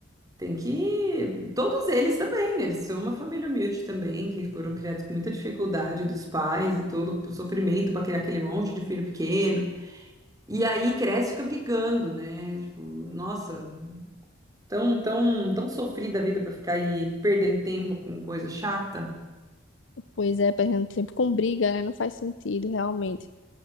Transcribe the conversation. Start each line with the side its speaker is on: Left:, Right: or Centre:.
Right: Tem que. Todos eles também, né? eles são uma família humilde também, que foram criados com muita dificuldade dos pais e todo o sofrimento para criar aquele monte de filho pequeno. E aí cresce e fica brigando, né? Tipo, nossa, tão, tão, tão sofrida a vida pra ficar aí perdendo tempo com coisa chata.
Left: Pois é, perdendo tempo com briga, né? Não faz sentido, realmente.